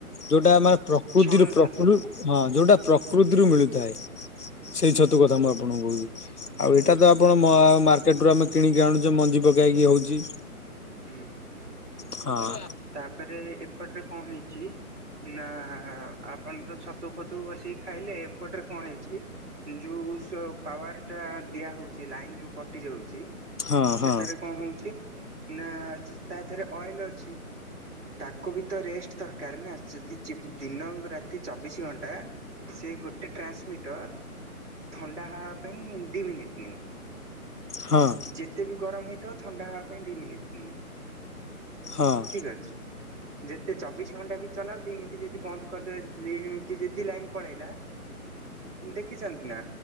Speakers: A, on the left (about 85°); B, on the right (about 50°).
A: ଯୋଉଟା ମାନେ ପ୍ରକୃତିରୁ
B: ଛଣ
A: ପ୍ରକୃ
B: ଛତୁ
A: ହଁ ଯୋଉଟା ପ୍ରକୃତିରୁ ମିଳିଥାଏ। ସେଇ ଛତୁ କଥା ମୁଁ ଆପଣଙ୍କୁ କହୁଚି। ଆଉ ଏଇଟା ତ ଆପଣ ମାର୍କେଟ ରୁ ଆମେ କିଣିକି ଆଣୁଚେ ମଞ୍ଜି ପକାହେଇକି ହୋଉଚି।
B: ହୁଁ
A: ହଁ
B: ତାପରେ ଏପଟରେ କଣ ହେଇଚି ନା ଆପଣ ତ ଛତୁ ଫ ତୁ ବସିକି ଖାଇଲେ ଏପଟରେ କଣ ହେଇଛି। ଯେଉଁ ସ ପାୱାରଟା ଦିଆହୋଉଚି ଲାଇନ୍ ଯୋଉ କଟି ଯାଉଚି
A: ହଁ ହଁ
B: ସେଠାରେ କଣ ହୋଉଛି? ନା ତା ଦେହରେ ଅଏଲ ଅଛି। ତାକୁ ବି ତ ରେଷ୍ଟ ଦରକାର ନା। ଯଦି ଦିନ ରାତି ଚବିଶି ଘଣ୍ଟା ସେ ଗୋଟେ ଟ୍ରାନ୍ସମିଟର ଥଣ୍ଡା ହେବା ପାଇଁ ଦୁଇ ମିନିଟ୍ ନିଏ।
A: ହଁ
B: ଯେତେ ବି ଗରମ ହେଇଥାଉ ଥଣ୍ଡା ହେବା ପାଇଁ ଦି ମିନିଟ୍ ନିଏ।
A: ହଁ
B: ଠିକ୍ ଅଛି। ଯେତେ ଚବିଶ ଘଣ୍ଟା ବି ଚଲାଅ ଦିଇ ମିନିଟ୍ ଯଦି ବନ୍ଦ କରିଦେବେ। ଦି ମିନିଟ୍ ଯଦି ଲାଇନ୍ ପଳେଇଲା ଦେଖିଚନ୍ତି ନା